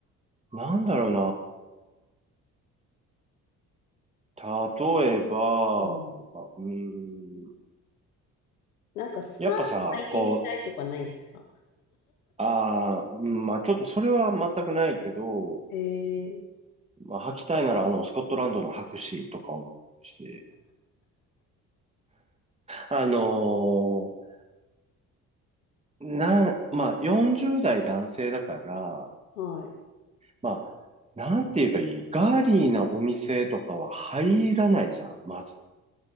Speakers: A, on the right; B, on the left.
A: なんだろ例えば、
B: うん。
A: うーん、
B: なんか、スカート履いてみたいとかないんですか
A: やっぱさ、こう、あーうんまあちょっとそれは全くないけど、
B: へえ。
A: まあ履きたいならあの、スコットランドの白紙とか思うし、あのーなん、まあ40代男性だから、
B: はい。
A: まあ、なんて言えばいい、ガーリーなお店とかは入らないじゃん、まず。